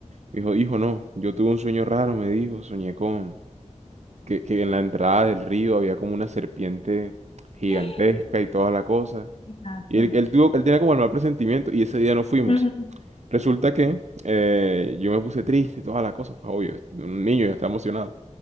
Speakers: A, on the right; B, on the left.
A: Me dijo, hijo, no, yo tuve un sueño raro, me dijo, soñé con que, que en la entrada del río había como una serpiente gigantesca
B: <gasps>
A: y toda la cosa.
B: Gato.
A: Y él, él tuvo, él tenía como el mal presentimiento y ese día no fuimos.
B: Ujú,
A: Resulta que eh, yo me puse triste y toda la cosa, pues obvio, un niño yo estaba emocionado.